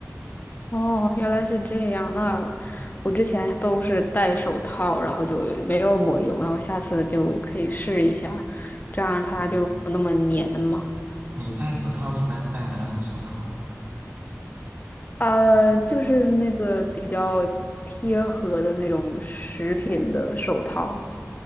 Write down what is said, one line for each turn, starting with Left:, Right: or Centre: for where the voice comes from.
Left: 哦，原来是这样。那我之前都是戴手套，
Right: 嗯，
Left: 然后就没有抹油。那我下次就可以试一下，这样它就不那么粘嘛。
Right: 对。你戴手套一般戴哪种手套啊
Left: 呃，就是那个比较贴合的那种食品的手套。